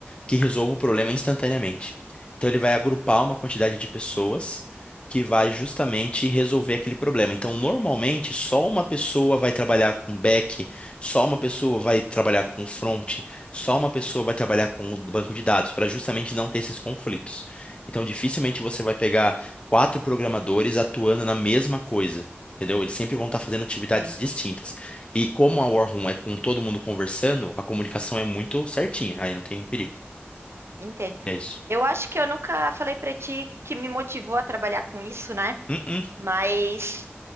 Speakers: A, on the left; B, on the right.
A: que resolva o problema instantaneamente. Então, ele vai agrupar uma quantidade de pessoas que vai justamente resolver aquele problema. Então, normalmente, só uma pessoa vai trabalhar com back, só uma pessoa vai trabalhar com front, só uma pessoa vai trabalhar com o banco de dados, para justamente não ter esses conflitos. Então, dificilmente você vai pegar quatro programadores atuando na mesma coisa. Entendeu? Eles sempre vão estar fazendo atividades
B: Entendo,
A: distintas. E como a War Room é com todo mundo conversando, a comunicação é muito certinha, aí não tem perigo.
B: entendo.
A: É isso.
B: Eu acho que eu nunca falei pra ti que me motivou a trabalhar com isso, né?
A: Hum, hum.
B: Mas